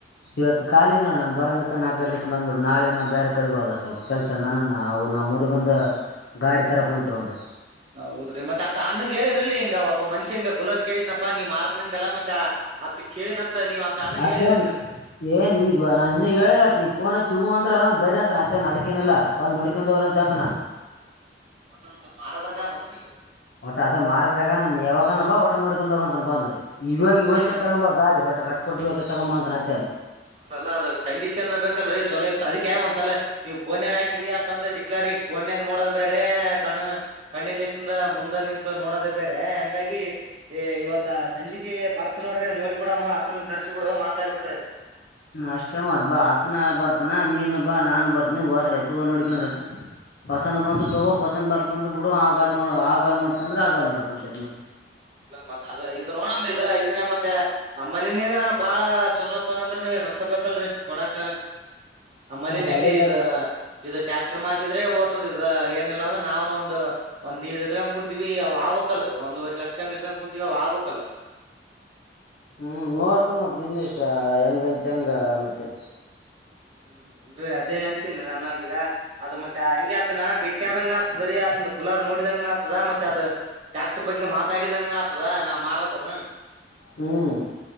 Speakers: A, on the left (about 65°); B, on the right (about 35°).
A: ಇವತ್ತು ಖಾಲಿ ನೋಡ ನಾನ್ ಬರಂಗ ತ ನ ಆಗ್ಡ್ಲೆಷ್ಟ ಬಂದ್ಬಿಡ್ ನಾಳಿಗೆ ನಾವು ಬೇರೆ ಕಡೆ ಹೋದ ಸ್ವಲ್ಪ ಕೆಲ್ಸ ನವು ನಾವ್ ಮುುಡುಗಂದ ಗಾಡಿ ತರ ಉಂಟು ಒಂದು
B: ಹೌದ್ರೀ ಮತ್ತತ್ ಆ ಅಣ್ಣಗ್ ಹೇಳಿರ್ರಿ ಇ ಹಿ ಒಬನ್ಷಿಂಗ ಬುಲರ್ ಕೇಳಿದನಪ್ಪಾ ನೀ್ ಮಾರ್ತನಿಂದ ಅಲ್ಲ ಮತ್ತ ಅತ್ ಕೇಳಿನಂತ ನೀವ್ ಅತ್ ಅಣ್ಣಗ್
A: ಮತ್ತೇನ್
B: ಹೇಳಿರಿಲ್ರರಿ
A: ಏನ್ ಈಗ ನನ್ ಇನ್ನ ಹೇಳಲತಿ ಪೋನ ಚ ಅಂದ್ರ ಬರ ಅಂತನ ಅಯತಾನ ಅದಕ್ಕೇನಲ್ಲ ಬಂದ್ ನೋಡ್ಕೊಂಡೋಗ್ರಂತ ಅಂತಾನ
B: ಹೊ ಮಾರದ್ರಗನ್ನ್ರಿ
A: ಒಟ ಅದ ಮಾರದ್ರಾಗ ನನ್ ಯಾವಾಗನ ಬಾ ಒಟ ನೋಡ್ಕೊಂಡ ಹೋಗಂತ ಬ ಅಂದ್ಿ ಇವಾಗ
B: ಫ್ರೀ
A: ಇವತ್ತೇ
B: ಅದಕ್ಕ
A: ತಗೊಂಬ ಗಾಡಿ ಒಟ್ಟೆ ರಕ್ಕ ಕೊಟ್ಟ ಇವತ್ತ ತಗೊಂಬ ಅಂತ ಅತ್ತೇನೆ
B: ಅಲ್ಲಲ್ಲ ಅದು ಕಂಡೀಷನ್ ಬೇಕಲ್ರಿೀ ಚೊಲೋ ಇತ್ತು ಅದಕ್ಕೆ ಒಂದಸಲ ನೀವು ಪೋನ್ಯಾಗ ಹಾಕಿರಿ ಅಷ್ಟೊಂದ ಡಿಕ್ಲಾರಿ ಪೋನ್ಯಾಗ ನೋಡೋದ ಬೇರೆ ಕಣ್ಣ ಕಣ್ಣಿ ಲಸಿಂದ ಮುಂದೆ ನಿಂತ ನೋಡೋದ ಬೇರೆ ಹಂಗಾಗಿ ಇವತ್ತ ಸಂಜಿಕೆ ಬರ್ತ್ ನೋಡ್ರೆ ನೋಡಿಬ ಬಿಡಮ್ಮ ಆತನ ಕರ್ಸಿ ಬಿಡ ಮಾತಾಡ್ಬಿಟ್ರಯ್ತ
A: ಅಷ್ಟೇ ಮಾಡಬಾ ಅತ್ನ ಬರ್ತಾನ ನೀನು ಬಾ ನಾನನ್ ಬರ್ತನಿ ಹೋದ್ರಐತ ಒ ನುಡ್ಕೊಂಡೈತೆ ಪಸಂದ್ ಬಂತು ತಗೋ ಪಸಂದ್ ಬರ್ಕಂದ್ರ ಬಿಡು ಆ ಗಾಡಿ ನೋ ಆ ಗಾಡಿ ನೋಡ್ತಂದ್ರೆ ಆ ಗಾಡಿ ನೋಡಕ್ ಕುಂಂತೈತ್ ಮತ್ತೆ
B: ಇಲ್ಲ ಮತ್ತತ್ ಅದ ಇದ ನೋಡಂಬ್ರಿ ಇದ ಇದನ್ನ ಮತ್ತೆ ನಮ್ಮಲ್ಲಿನಗ ಬಾಳ ಚೊಲೋ ತಗಂದ್ರ ರೊಕ್ಕ ಬೇಕಲ್ರರಿ ಕೊಡಾಕ್ ಆಮ್ಮಲೆಿನ
A: ಮತ್
B: ಎಲ್ಲಿ
A: ಅದೇ
B: ಇದ ಇದು ಟ್ಯಾಕ್ಟರ್ ಮಾರಿದ್ರೆ ಏನಿಲ್ಲ ಅಂದ್ರ ನಾವನ್ ಒಂದ ಒಂದ್ೀಡ್ಡ್ ಕುಂತೀವಿ ಅವ ಆ್ಕಲ್ರರಿ ಒಂದ್ವರೆ ಲ ಶಕ್ಷಂಗ ಟಂಗ ಕುೂಂತೀವ ಆಗ್ಬಕ್ಲ್ಲ
A: ಹ್ಮ್ ನೋಡ್ಕ ಮತ್ ನಿನ್ ಇಷ್ಟ ಹೆಂಗಂತ ಹೆಂಗ ಮತ್ತೆ
B: ಹ್ಮ್ ಇಲ್ರರಿ ಅದೇ ಅಂತೀನ್ೀ ನಾನು ಈಗ ಅದ ಮತ್ತೆ ಹಂಗಗೆ ಆತನ ಬಿಟ್ಟ ಆದಂಗ ನತ್ದರಿ ಆತ ಬುಲ ನೋಡಿದಂಗನ ಆತದ ಮತ್ತೆ ಅದ ಟ್ಯಾಕ್ಟರ್ ಬಗ್ಗೆ ಮಾತಾಡಿದಂಗನ ಆಗ್ತದ ನಾ್ ಮಾರದನು
A: ಹ್ಮ್